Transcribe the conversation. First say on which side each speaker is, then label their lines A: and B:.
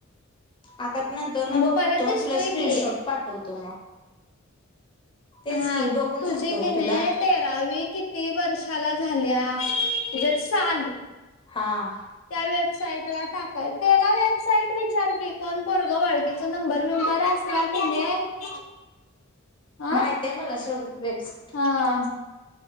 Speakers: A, on the left (about 25°); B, on the left (about 75°).
A: आता नंतर न
B: मग
A: बघतो
B: परत
A: आणि
B: दिसतोय
A: तुला स्क्रीनशॉट
B: की
A: पाठवतो मग. तेच
B: हा
A: की बघून
B: तुझी
A: सांगतो
B: कि
A: ग
B: नाही
A: तुला.
B: तेरावी किती वर्षाला झाल्या,, जर साल
A: हां.
B: त्या वेबसाईट ला टाकाय, त्यला वेब साईट विचार क कोण कोर ग वळखकीचा नंबर विंबर असला कि नाही. हा
A: माहित आहे मला सोडू वेबसा
B: हा.